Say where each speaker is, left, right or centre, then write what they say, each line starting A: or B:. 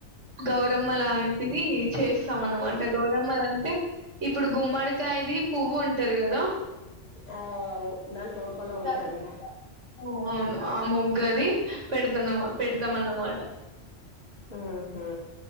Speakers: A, on the right (about 70°); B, on the left (about 45°).
A: గౌరమ్మ లాంటిది చేస్తాం అన్నమాట గౌరమ్మల అంటే ఇప్పుడు గుమ్మడికాయది పువ్వు ఉంటది కదా
B: అవ్ అవ్ దాంట్ లోపల ఉంటది
A: దాని ఆ! అవును ఆ మొగ్గది పెడతాన్నమా పెడతాంన్నమాట
B: ఉహ